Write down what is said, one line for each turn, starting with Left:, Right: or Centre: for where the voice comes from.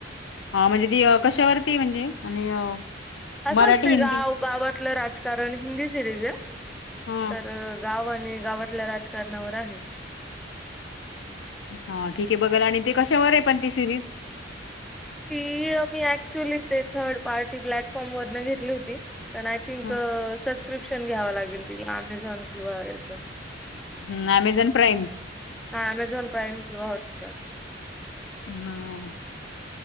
Left: हा म्हणजे ती कशावरती म्हणजे? आणि
Centre: असं
Left: मराठी,
Centre: असते
Left: हिंदी?
Centre: गाव, गावातलं राजकारण हिंदी सिरीज आहे.
Left: हां,
Centre: तर गाव आणि गावातल्या राजकारणावर आहे.
Left: हा ठीक आहे. बघाल आणि ते कशावर आहे पण ती सिरीज?
Centre: ती मी ऍक्च्युअली ते थर्ड पार्टी प्लॅटफॉर्म वरन घेतली होती. प आय थिंक
Left: हं,
Centre: सबस्क्रिप्शन घ्यावं लागेल तिला. अमेझॉन किंवा याचं.
Left: हम्म अमेझॉन प्राईम?
Centre: हा अॅमेझॉन प्रईम किंवा हॉटस्टार.
Left: हं.